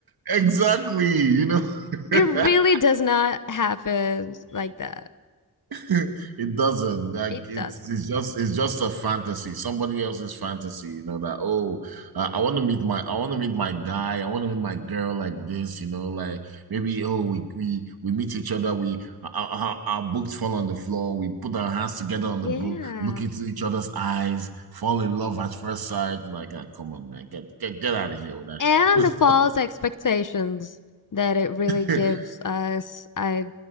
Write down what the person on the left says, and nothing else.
It really does not happen like that.
It
doesn't.
Yeah.
And the false expectations that it really gives
us. I